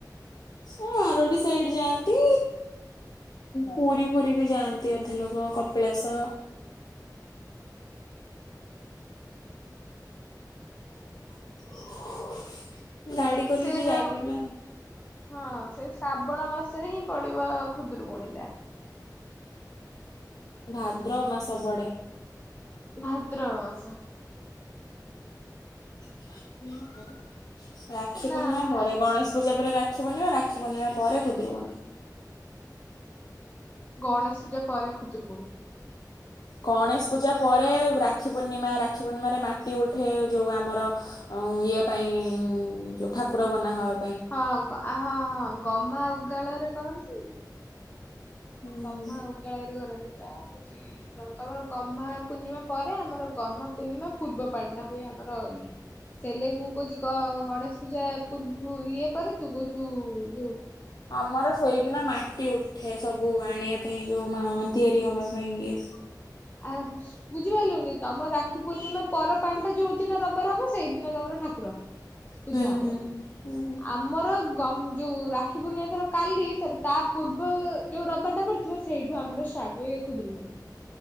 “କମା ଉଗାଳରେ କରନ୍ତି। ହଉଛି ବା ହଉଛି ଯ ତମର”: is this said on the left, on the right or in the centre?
Left